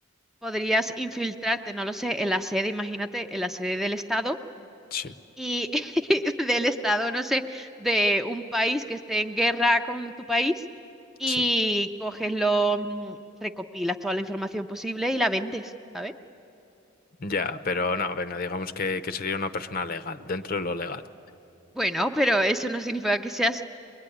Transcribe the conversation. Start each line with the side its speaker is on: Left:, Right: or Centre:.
Centre: podrías infiltrarte, no lo sé, en la sede, imagínate, en la sede del Estado
Left: Sí,
Centre: y <laughs> del Estado, no sé, de un país que esté en guerra con tu país y
Left: sí.
Centre: coges lo, mm, recopilas toda la información posible y la vendes, ¿sabes?
Left: Ya, pero no, venga, digamos que, que sería una persona legal, dentro de lo legal.
Centre: Bueno, pero eso no significa que seas